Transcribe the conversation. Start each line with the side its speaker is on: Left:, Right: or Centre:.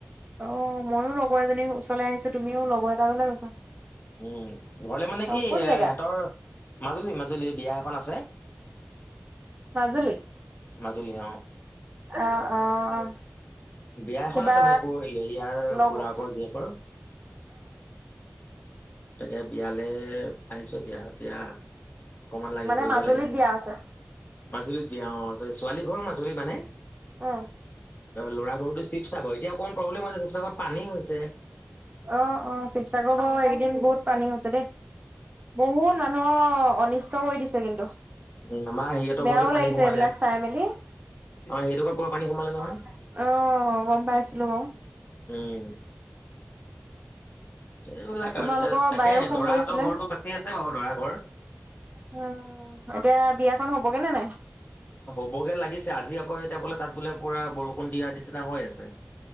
Right: অ ময়ো লগৰ এজনীৰ ওচৰলে আহিছো, তুমিও লগৰ এটা ঘৰলে গৈছা।
Left: উম ঘৰলে মানে
Right: অ',
Left: কি
Right: কোন
Left: এহঁতৰ
Right: জেগা
Left: মাজুলী মাজুলী এই বিয়া এখন আছে।
Right: মাজুলী?
Left: মাজুলী অহ।
Right: অ অ অ।
Left: বিয়া এখন
Right: কিবা
Left: আছে মানে পৰহিলে ইয়াৰ
Right: লগ
Left: খুৰাকৰ
Right: অ',
Left: জীয়েকৰ। তাকে বিয়ালে আহিছোঁ এতিয়া। এতিয়া অকমান লাগে
Right: মানে
Left: কৰিব
Right: মাজুলীত
Left: লাগিব।
Right: বিয়া আছে।
Left: মাজুলীত বিয়া অ', ছোৱালী ঘৰ মাজুলী মানে
Right: অ',
Left: ল'ৰা ঘৰটো শিৱসাগৰ এতিয়া অকণ প্ৰব্লেম হৈছে শিৱসাগৰত পানী হৈছে।
Right: অ', অ', শিৱসাগৰ বাৰু এইকেইদিন বহুত পানী হৈছে হৈছে দেই বহুত মানুহৰ অনিষ্ট কৰি দিছে কিন্তু।
Left: উম আমাৰ হেৰিহঁতৰ
Right: বেয়াও
Left: ঘৰতো পানী
Right: লাগিছে
Left: সোমালে
Right: এইবিলাক চাই মেলি অ',
Left: আমাৰ হেৰিহঁতৰ ঘৰত পুৰা পানী সোমালে নহয়
Right: গম পাইছিলোঁ বাৰু।
Left: উম। এইবিলাক
Right: তোমালোকৰ
Left: আৰু এতিয়া তাকে
Right: বায়েও ফোন
Left: দৰা
Right: কৰিছিলে।
Left: হতঁৰ ঘৰৰতো বাচি আছে বাৰু দৰা ঘৰ
Right: উম এতিয়া বিয়াখন হ'বগে নে নাই।
Left: হ'বগে লাগিছে আজি আকৌ এতিয়া বোলে তাত বোলে পুৰা বৰষুণ দিয়াৰ নিচিনা হৈ আছে।